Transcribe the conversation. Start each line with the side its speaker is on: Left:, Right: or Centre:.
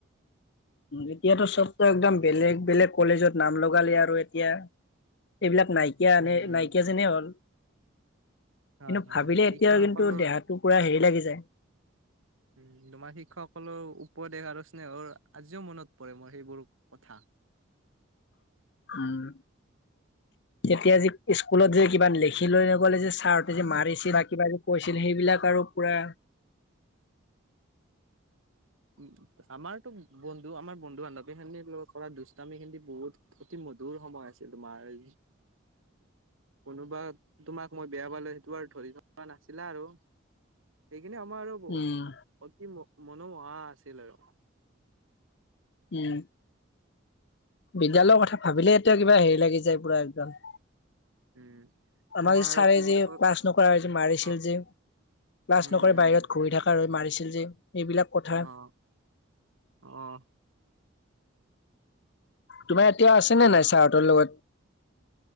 Left: এতিয়াতো চব ত একদম বেলেগ বেলেগ কলেজত নাম লগালে আৰু এতিয়া এইবিলাক নাইকিয়া
Right: উম,
Left: আনে নাইকিয়া যেনে হ'ল
Right: হয়,
Left: কিন্তু
Right: হয়
Left: ভাবিলে
Right: শিক্ষকসকলৰ
Left: এতিয়াও কিন্তু দেহাটো পুৰা হেৰি লাগি যায়
Right: <inaudible> উম তোমাৰ শিক্ষকসকলৰ উপদেশ আৰু স্নেহৰ আজিও মনত পৰে মোৰ সেইবোৰ কথা
Left: উম
Right: উম
Left: তেতিয়া যে স্কুলত যে কিবা লিখি লৈ নগলে যে ছাৰহঁতে যে মাৰিছে বা কিবা যে কৈছিল সেইবিলাক আৰু পুৰা
Right: উম আমাৰতো বন্ধু আমাৰ বন্ধু বান্ধৱী খিনি কৰা দুষ্টামি খিনি বহুত অতি মধুৰ সময় আছিল তোমাৰ কোনোবা তোমাক মই বেয়া পালো সেইটো আৰু ধৰি থকা নাছিলা আৰু সেইখিনি সময় আৰু
Left: উম
Right: অতি মনোমোহা আছিল আৰু
Left: উম বিদ্যালয়ৰ কথা ভাবিলে এতিয়া কিবা হেৰি লাগি যায় পুৰা একদম
Right: উম তোমাৰ
Left: আমাৰ যে ছাৰে
Right: আৰু কি বুলি
Left: যে
Right: কয়
Left: ক্লাছ নকৰা যে মাৰিছিল
Right: অ
Left: যে ক্লাছ
Right: উম
Left: নকৰে
Right: উম
Left: বাহিৰত ঘূৰি থকা হৈ মাৰিছিল যে এইবিলাক কথা
Right: অ অ
Left: তোমাৰ এতিয়া আছেনে নাই চাহহঁতৰ লগত?